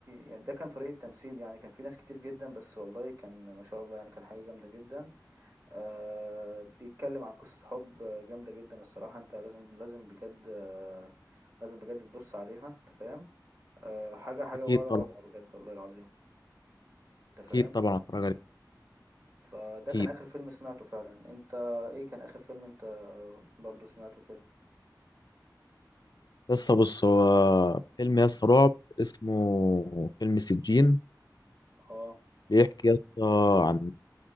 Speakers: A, on the right (about 45°); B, on the left (about 70°).
A: يعني ده كان فريق التمثيل يعني كان فيه ناس كتير جدا بس والله كان ما شاء الله يعني كان حاجة جامدة جدا آه بيتكلم عن قصة حب آه، جامدة جدا الصراحة أنت لازم لازم بجد آه، لازم بجد تبص عليها انت فاهم أه حاجة حاجة
B: اكيد
A: ولا
B: طبعا
A: أروع بجد والله العظيم انت
B: اكيد
A: فاهم
B: طبعا اتفرج عليه
A: فده
B: اكيد
A: كان آخر فيلم سمعته فعلا انت ايه كان آخر فيلم انت آه، برضو سمعته كده
B: يا اسطى بص هو فيلم يا اسطى رعب اسمه فيلم سجين
A: اه
B: بيحكي يا اسطى عن